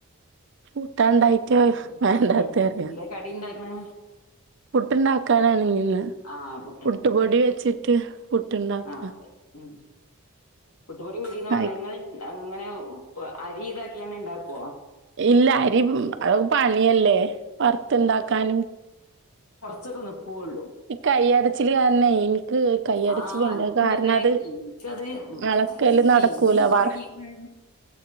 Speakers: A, on the right; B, on the left.
A: കൂട്ടാണ്ടായിട്ട
B: പിന്നെ
A: വേണ്ടാത്ത
B: ഉം
A: അറിയ
B: എന്താ കടി ഉണ്ടാക്ക്ണ്.
A: പുട്ടുണ്ടാക്കാനാണെങ്കില്
B: ആഹ് പുട്ടുണ്ടാക്കാ
A: പുട്ട് പൊടി വെച്ചിട്ട് പുട്ട് ഉണ്ടാക്കാം.
B: ആഹ് അതെ ഉം പുട്ടുപൊടി പീടീന്ന് വാങ്ങല.
A: ആയി
B: ഇങ്ങള ഇങ്ങനെ അരി ഇതാക്കിയാണ്ട് ഇണ്ടാക്കോ?
A: ഇല്ല അരി അതൊക്കെ പണിയല്ലേ വറുത്തുണ്ടാക്കാനും
B: ത്തക്കോ നിക്കോള്ളൂ.
A: ഈ കയ്യടച്ചില് കാരണേ എനിക്ക് കയ്യടച്ചില്
B: ആഹ്
A: ഇണ്ട്.
B: എനിക്കുണ്ടത്
A: അത് കാരണം അത്
B: എനിക്കത്
A: അള ക്കല്
B: എനിക്ക്
A: നടക്കൂല
B: എന്ന് തൊടങ്ങീക്കണ്
A: വറെ